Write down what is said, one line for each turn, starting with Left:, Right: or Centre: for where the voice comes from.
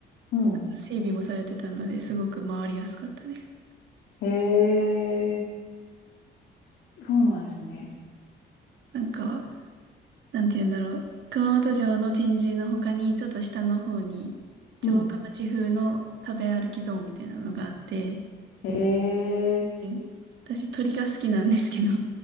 Left: うん
Right: なんか整備もされてたので、すごく回りやすかったです。
Left: へえ、そうなんですね。
Right: なんか、なんて言うんだろう。熊本城の展示の他に、ちょっと下の方に、
Left: うん。
Right: 城下町風の食べ歩きゾーンみたいなのがあって、
Left: へえ、
Right: え私鳥が好きなんですけど